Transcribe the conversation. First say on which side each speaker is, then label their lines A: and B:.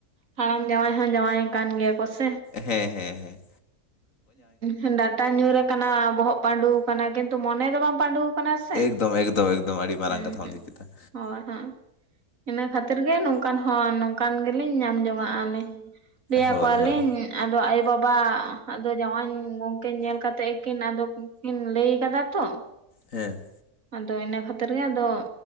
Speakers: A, on the right; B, on the left.
A: ᱦᱟᱲᱟᱢ ᱡᱟᱶᱟᱭ ᱦᱚᱸ ᱡᱟᱶᱟᱭ ᱠᱟᱱ ᱜᱮᱭᱟ ᱠᱚ ᱥᱮ
B: ᱦᱮᱸᱻᱦᱮᱸᱻᱦᱮᱸ
A: ᱦᱮᱸ ᱰᱟᱴᱟ ᱧᱩᱨ ᱟᱠᱟᱱᱟ ᱵᱚᱦᱚᱜ ᱯᱸᱹᱰᱩᱣ ᱠᱟᱱᱟ ᱠᱤᱱᱛᱩ ᱢᱚᱱᱮ ᱫᱚ ᱵᱟᱝ ᱯᱟᱸᱹᱰᱩᱣ ᱟᱠᱟᱱᱟ ᱥᱮ
B: ᱮᱠᱫᱚᱢᱻᱮᱠᱫᱚᱢᱻᱮᱠᱫᱚᱢ ᱟᱹᱰᱤ ᱢᱟᱨᱟᱝ
A: ᱦᱩᱸ
B: ᱠᱟᱛᱷᱟᱢ
A: ᱦᱩᱸ
B: ᱞᱟᱹᱭ ᱠᱮᱫᱟ
A: ᱦᱳᱭ ᱦᱳᱭ ᱤᱱᱟᱹ ᱠᱷᱟᱹᱛᱤᱨ ᱜᱮ ᱱᱚᱝᱠᱟᱱ ᱦᱚᱸ ᱱᱚᱝᱠᱟᱱ ᱜᱮᱞᱤᱧ ᱧᱟᱢ ᱡᱚᱝᱟᱜᱼᱟᱞᱤᱧ ᱞᱟᱹᱭ
B: ᱦᱳᱭ
A: ᱟᱠᱚ ᱟᱞᱤᱧ
B: ᱦᱳᱭ
A: ᱟᱫᱚ ᱟᱭᱳᱼᱵᱟᱵᱟ ᱟᱫᱚ ᱡᱟᱶᱟᱭ ᱜᱚᱝᱠᱮ ᱧᱮᱞ ᱠᱟᱛᱮ ᱜᱮᱠᱤᱱ ᱟᱫᱚ ᱠᱤᱱ ᱞᱟᱹᱭ ᱟᱠᱟᱫᱟ ᱛᱚ
B: ᱦᱮᱸ
A: ᱟᱫᱚ ᱤᱱᱟᱹ ᱠᱷᱟᱹᱛᱤᱨ ᱜᱮ ᱟᱫᱚ